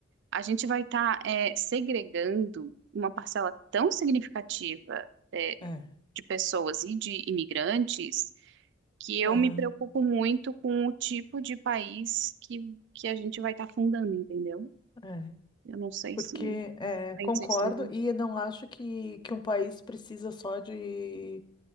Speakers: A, on the right; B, on the left.
A: a gente vai estar segregando uma parcela tão significativa. é,
B: é,
A: de pessoas e de imigrantes que eu
B: aham,
A: me preocupo muito com o tipo de país que, que a gente vai estar fundando, entendeu?
B: é.
A: Eu não sei
B: Porque
A: se
B: é,
A: pensa
B: concordo
A: isso também.
B: e eu não acho que, que um país precisa só de